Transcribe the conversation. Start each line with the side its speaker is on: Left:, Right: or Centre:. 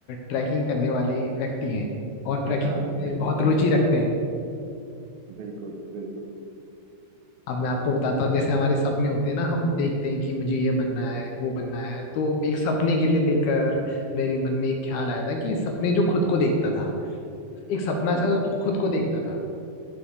Left: ट्रैकिंग करने वाले व्यक्ति हैं और ट्रैकिंग
Right: हाँ बिल्कुल
Left: में बहुत
Right: बिल्कुल
Left: रुचि रखते हैं
Right: बिल्कुल बिल्कुल
Left: अब मैं आपको बताता हूँ जैसे हमारे सपने होते हैं ना हम देखते हैं कि मुझे ये बनना है वो बनना है तो एक सपने के लिए लेकर मेरे मन में एक ख्याल आया था कि सपने जो खुद को देखता था एक सपना
Right: हम्म
Left: था जो
Right: हम्म
Left: खुद को देखता था